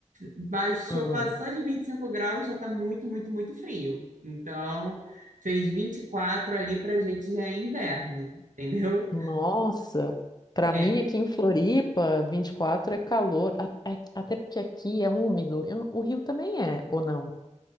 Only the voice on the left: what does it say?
Hum.
Nossa, para
mim aqui em Floripa, 24 é calor, a- a- até porque aqui é úmido. Eu não- o Rio também é, ou não?